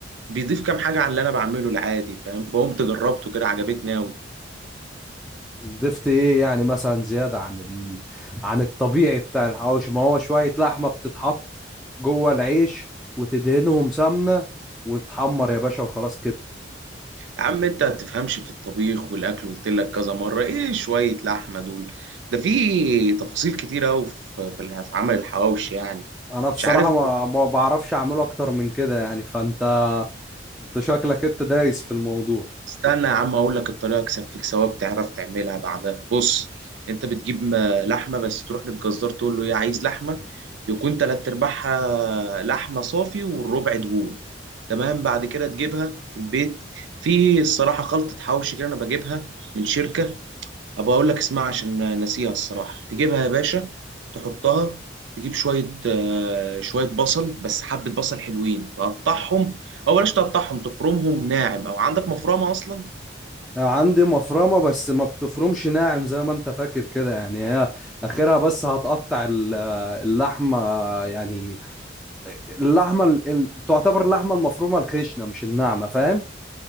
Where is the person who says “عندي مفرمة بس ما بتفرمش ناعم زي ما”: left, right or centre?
Centre